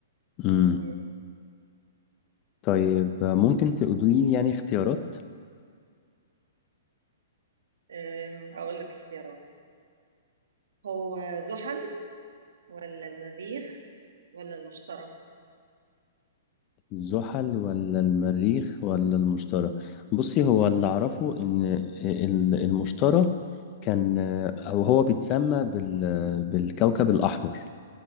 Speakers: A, on the left (about 35°); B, on the right (about 75°).
A: مم.
B: مم.
A: طيب ممكن تقولي يعني اختيارات
B: أم، اقول لك اختيارات هو زحل ولا المريخ ولا المشتري
A: الزحل ولا المريخ ولا المشتري بصي هو اللي أعرفه
B: مم.
A: إن ال- المشتري كان أو هو بيتسمى بال- بالكوكب الأحمر